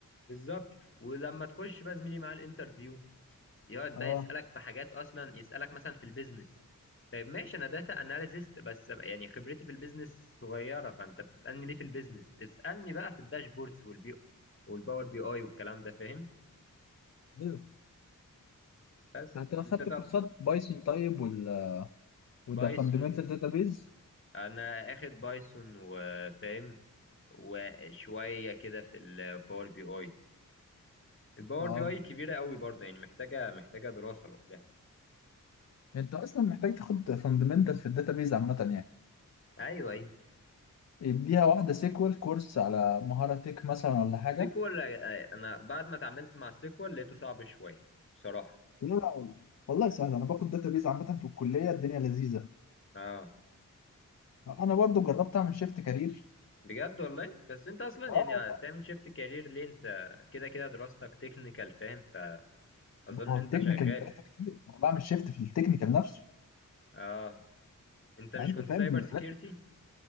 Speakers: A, on the left; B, on the left.
A: بالظبط ولما تخش بقى زميلي مع الانترفيو يقعد
B: اه
A: بقى يسألك في حاجات أصلا يسألك مثلا في البيزنس طيب ماشي أنا داتا أناليست بس يعني خبرتي في البيزنس صغيرة فأنت بتسألني ليه في البيزنس اسألني بقى في الداشبوردز والبي والباور بي أي والكلام ده فاهم
B: ايوه
A: بس
B: انت لو
A: أنت
B: خدت
A: طب
B: كورسات بايثون طيب وال وده
A: بايثون
B: فاندمنتال داتابيز
A: أنا آخد بايثون وفاهم وشوية كده في الباور بي أي الباور
B: اه
A: بي أي كبيرة قوي برضه يعني محتاجة محتاجة دراسة لوحدها
B: انت اصلا محتاج تاخد فاندمنتال في الداتابيز عامه يعني
A: أيوه أيوه
B: اديها واحده سيكوال كورس على مهاره تك مثلا ولا حاجه
A: سيكوال أنا بعد ما اتعاملت مع سيكوال لقيته صعب شوية بصراحة
B: لا لا والله والله سهل انا باخد داتابيز عامه في الكليه الدنيا لذيذه
A: اه
B: انا برضو جربت اعمل شيفت كارير
A: بجد والله بس انت اصلا
B: اه
A: يعني
B: والله
A: تعمل شيفت كارير ليه انت كده كده دراستك تكنيكال فاهم فاظن
B: ما هو
A: انت
B: التكنيكال
A: شغال
B: مجالاته كتير انا بعمل شيفت في التكنيكال نفسه
A: اه انت مش
B: يعني انت
A: كنت
B: فاهم
A: سايبر
B: المجالات
A: سيكيورتي